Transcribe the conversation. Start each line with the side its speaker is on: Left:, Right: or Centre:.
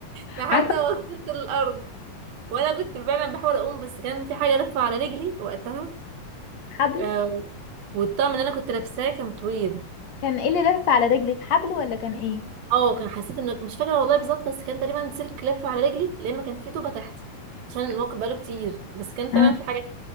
Right: لحد
Left: عارفة
Right: ما وصلت للارض وانا كنت فعلا بحاول اقوم بس كان في حاجه لفه على رجلي وقتها
Left: حبل
Right: آه، والطقم اللي انا كنت لابساه كان طويل
Left: كان ايه اللي لف على رجلك حبل ولا كان ايه
Right: اه كان حسيت ان مش فاكره والله بالظبط بس كان تقريبا سلك لف على رجلي لما كان في طوبه تحتي عشان الموقف بقاله كتير بس كان فعلا
Left: مم.
Right: في حاجه